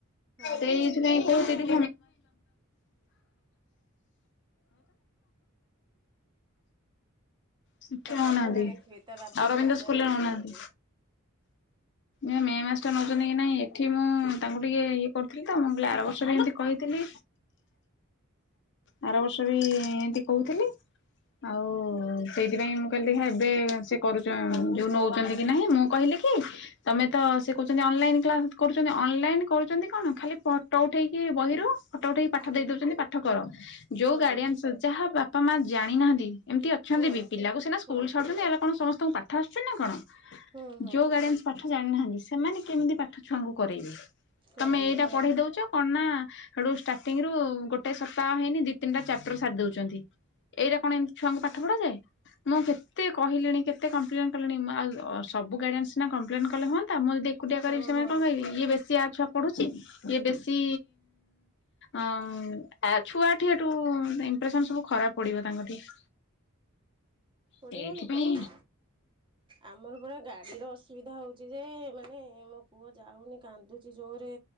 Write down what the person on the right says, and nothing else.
ହଁ
ତା
ବାବା ଜାଣିଥିବେ ତା ବାବାଙ୍କୁ
ପଚାରିଲେ
ସେ କହିବେ।
ଦେ
ହଁ
ହଁ
ହଁ
ହଁ ହଁ
କରେଇବେ
ହଁ
ହଁ
ହଁ
ପଡ଼ିବନି
ପଡ଼ିବ। ଆମର ପୁରା ଗାଡ଼ିର ଅସୁବିଧା ହଉଛି ଯେ ମାନେ ମୋ ପୁଅ ଯାଉନି କାନ୍ଦୁଚି ଜୋରେ।